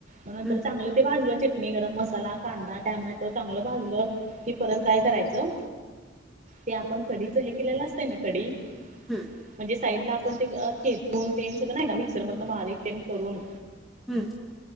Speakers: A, on the right (about 40°); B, in the centre.
A: मग नंतर
B: हम्म,
A: चांगलं ते भाजलं चटणी गरम मसाला कांदा टॅमॅटो चांगलं भाजलं कि परत काय करायचं ते आपण कडीच हे केलेलं असतंय ना कडी म्हणजे
B: हम्म,
A: साईडला आपण ते खेचून तेन सगळं नाही का मिक्सर मधन बारीक तेन करून
B: हम्